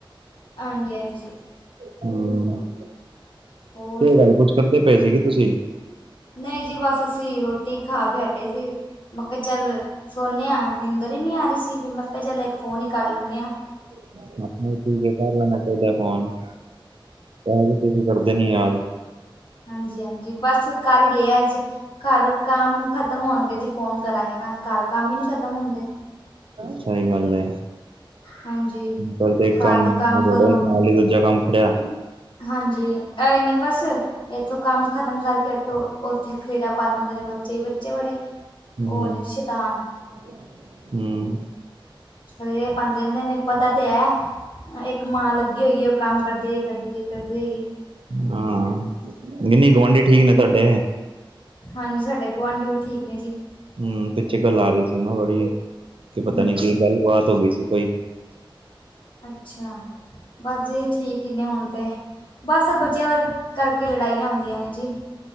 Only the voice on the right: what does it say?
ਹੂੰ,
ਕੀ ਗੱਲ ਕੁਛ ਕਰਦੇ ਪਏ ਸੀ ਗੇ ਤੁਸੀ?
<unintelligible> ਠੀਕ ਐ ਕਰ ਲੈਣਾ ਚਾਹੀਦਾ ਫੋਨ। ਤਾ ਵੀ ਤੁਸੀਂ ਕਰਦੇ ਨੀ ਯਾਦ।
ਸਈ ਗੱਲ ਐ।
ਚਲ ਤੇ ਇੱਕ
ਕੰਮ
ਨਬੇੜ
ਨਾਲ਼ ਈ ਦੂਜਾ ਕੰਮ ਖੜਿਆ।
ਹੂੰ-ਹੂੰ
ਹਾਂ, ਨਈ-ਨਈ ਗੁਆਂਢੀ ਠੀਕ ਨੇ ਤੁਹਾਡੇ।
ਹੂੰ, ਪਿੱਛੇ ਗੱਲ ਆ ਰਹੀ ਸੀ ਨਾ ਬੜੀ ਕਿ ਪਤਾ
ਨੀ ਕੀ ਗੱਲ ਬਾ ਬਾਤ ਹੋ ਗਈ ਸੀ ਕੋਈ